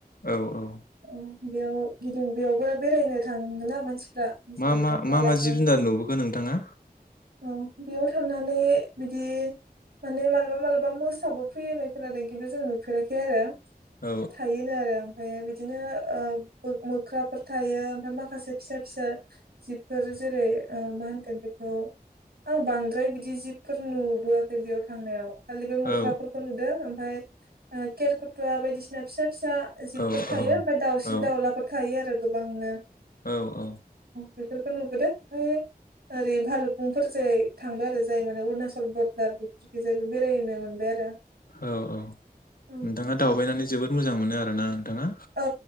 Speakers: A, on the left; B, on the right.
A: औ औ
B: औ। बेयाव गिदिं बेयावबो बेरायनो थाङोना मानसि फोरा जेरै
A: मा मा
B: दंफां
A: मा
B: लाइफां
A: मा जिब जुनार नुबोखो नोंथाङा
B: औ बेयाव थांनानै बिदि माने मालाबा मालाबा मोसाबो फैयो होननाय खोनादों खिन्थु जों नुफेराखै आरो।
A: औ
B: थायोनो आरो ओमफाय बिदिनो ओ मो-मोख्राफोर थायो ओमफ्राय मा खासे फिसा फिसा जिबफोर जेरै ओ मा होनगोन बे खौ आं बांद्राय बिदि जिबफोर नु बोआखै बेयाव थांनायाव खालि बे मुख्राफोरखौ
A: औ
B: नुदो। ओ केेरखुथुवा बायदिसिना फिसा फिसा जिबफोर
A: औ
B: थायो बा दावसिन
A: औ
B: दाउलाफोर थायो आरो गोबांनो।
A: औ औ।
B: बेफोरखौ नुबोदों ओमफाय ओरै भालुखुंफोरजै थांबाय आरो जाय माने अरुणाचल बरदार <unintelligible> बेरायनो मोनबाय आरो। <unintelligible>
A: औ औ
B: औ
A: नोंथाङा
B: बेनिफ्राय
A: दावबायनानै जोबोद मोजां मोनो आरो ना? थाङा
B: औ